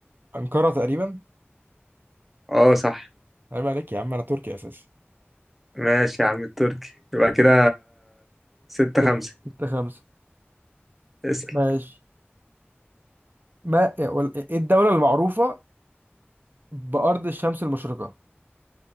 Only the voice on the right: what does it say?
انقره تقريبا
عيب عليك يا عم انا تركي اساسا
ستة
ستة خمسة
ماشي ما إيه وال- إيه الدولة المعروفة بأرض الشمس المشرقة؟